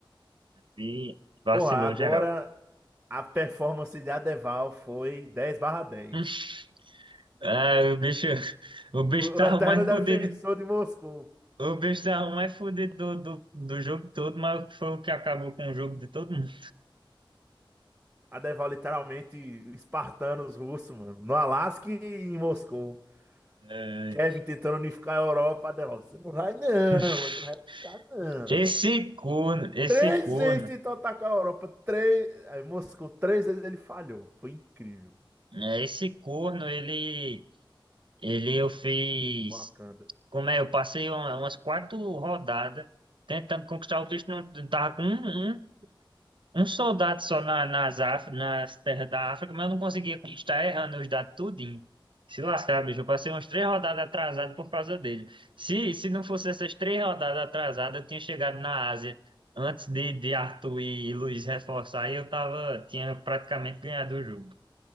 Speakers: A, on the right; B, on the right.
A: E vacilou
B: Porra, agora
A: geral.
B: A performance de Adeval foi 10 barra 10.
A: <laughs> Ah, o bicho, o
B: O,
A: bicho
B: o-
A: tava
B: o eterno
A: mais
B: defensor
A: fodido
B: de Moscou.
A: O bicho mais fudido do, do, do jogo todo, mas foi o que acabou com o jogo de todo mundo.
B: Adeval literalmente espartano os russos, mano. No Alasca e em Moscou.
A: É.
B: Kevin tentando unificar a Europa. Adeval, você não vai não,
A: <laughs>
B: você não vai ficar não.
A: Esse corno, esse
B: Três
A: corno,
B: vezes tentou atacar a Europa. Três, aí Moscou, três vezes ele falhou. Foi incrível.
A: né, esse corno, ele, ele eu fiz,
B: Wakanda.
A: como é, eu passei uma- umas quatro rodadas tentando conquistar o bicho, não não tava com um, um um soldado só na- nas, Áf- nas terras da África, mas eu não conseguia conquistar, errando os dados tudinho. Se lascar, bicho, eu passei umas três rodadas atrasado por causa dele. Se, se não fosse essas três rodadas atrasadas, eu tinha chegado na Ásia antes de, de Arthur e Luiz reforçar e eu tava, tinha praticamente ganhado o jogo.